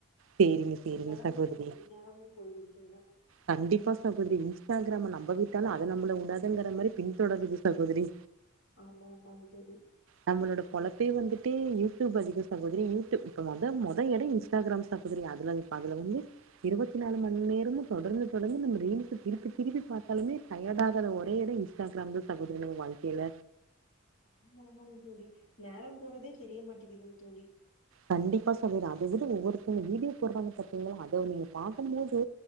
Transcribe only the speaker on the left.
அதுலதான்
தோழி முழு நேரமும் போய்கின்றன
ஆமா ஆமாங்க தோழி
ஆமா ஆமாங்க தோழி நேரம் போறதே தெரிய மாட்டேங்கிதுங்க தோழி